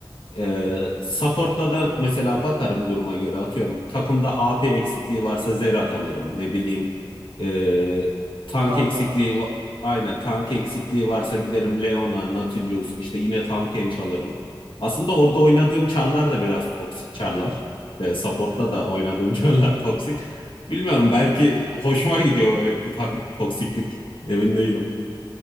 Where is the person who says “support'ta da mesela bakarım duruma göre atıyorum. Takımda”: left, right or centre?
Left